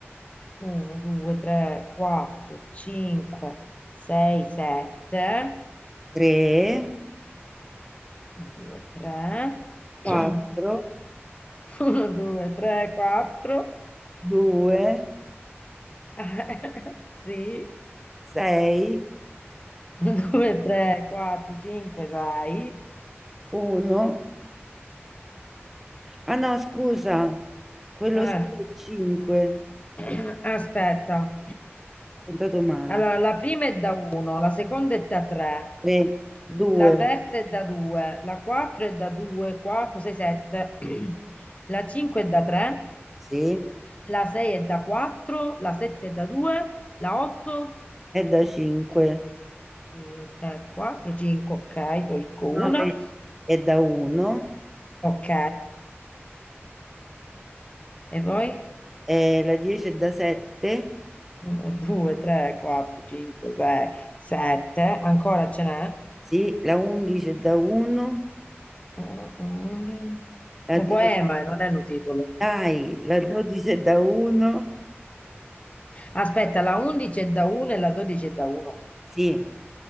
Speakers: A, on the left (about 30°); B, in the centre.
A: Uno, due, tre, quattro, cinque, sei, sette.
B: 3,
A: Uno, due, tre.
B: 4,
A: <clears throat> Uno, due, tre, quattro.
B: 2,
A: <laughs> Sì.
B: 6,
A: Uno, due, tre, quattro, cinque, sei.
B: 1. Ah no, scusa, quello
A: Eh,
B: solo è 5.
A: <clears throat>
B: Ho
A: aspetta.
B: contato male.
A: Allora, la prima è da 1, la seconda è da 3,
B: 3, 2,
A: la terza è da 2, la 4 è da 2, 4, 6, 7, <clears throat> la 5 è da 3,
B: sì,
A: la 6 è da 4, la 7 è da 2, la 8,
B: è da 5,
A: 2, 3, 4, 5, ok, tolgo
B: 9
A: una,
B: è da 1.
A: ok, e poi
B: Eh, la 10 è da 7,
A: 1, 2, 3, 4, 5, 6, 7, ancora ce n'è?
B: sì, la 11 è da 1,
A: Un
B: la
A: un
B: 12,
A: poema, eh, non è un titolo.
B: dai, la 12 è da 1,
A: Aspetta, la 11 è da 1 e la 12 è da 1.
B: sì,